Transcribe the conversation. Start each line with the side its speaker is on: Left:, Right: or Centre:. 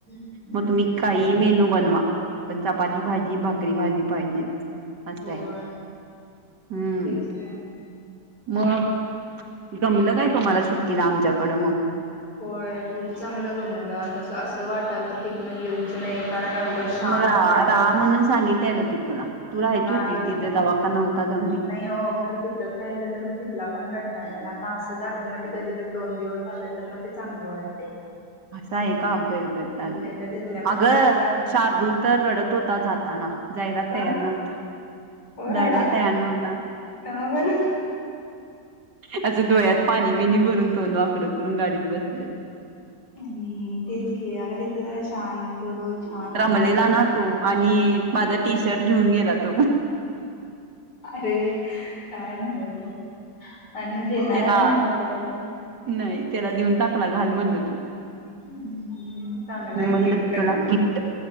Left: हम्म
Right: मग तुम्ही काही मेनू बनवा. पण चपाती भाजी भाकरी भाजी पाहिजे. असं
Left: होय
Right: आहे हम्म.
Left: तेच की
Right: मग. गमलं काय तूम्हाला सुट्टीला आमच्याकडं मग?
Left: होय खूप चांगलं गमल. आता असं वाटाल तर तथनं येऊच नये कारण एवढं शांत
Right: मग राहा
Left: वाटत
Right: राहा
Left: होतं.
Right: म्हणून सांगितलेलो की तुला तू राहायची
Left: नाही
Right: होती
Left: हो,
Right: तिचा दवाखाना होता जाऊन दे
Left: नाही हो, खरं तिथच राहिलं तर मग तिथला पण क ना ना असं तर आधी मा कधी तर दोन दिवस आले तर मग ते चांगलं वाटतय.
Right: असा आहे का? अ बर बर चालतय.
Left: नाहीतर तिथल्या पण
Right: अगं.
Left: जागेचा
Right: शार्दूल तर रडत होता जाताना. जायला
Left: का
Right: तयार नाही.
Left: ओ
Right: जायला
Left: रडा
Right: तयार नवता.
Left: का बरं
Right: असं डोळ्यात पाणी बिणी भरून तोन आकडं करून गाडीत बसले.
Left: हम्म तेच की, अग तिथं जरा शांत, छान वाटतय
Right: रमलेला
Left: ना
Right: तो आणि
Left: हम्.
Right: माझा टी शर्ट घेऊन गेला तो.
Left: अरे काय नव्ह बघ आणि देणार
Right: त्याला
Left: हाय की नाही म परत.
Right: नाही त्याला देऊन टाकला घाल म्हणल तू.
Left: हम्म चांगला
Right: मी
Left: आहे
Right: म्हटलं
Left: गिफ्ट
Right: तुला गिफ्ट.